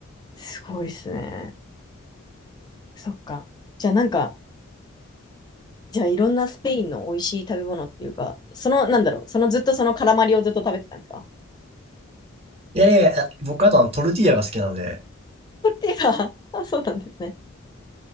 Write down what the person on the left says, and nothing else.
すごいっすね。そっか。じゃあなんか、じゃあいろんなスペインの美味しい食べ物っていうか、その、なんだろう。そのずっとそのカラマリをずっと食べてたんですか
トルティーヤ。<laughs> あ、そうなんですね。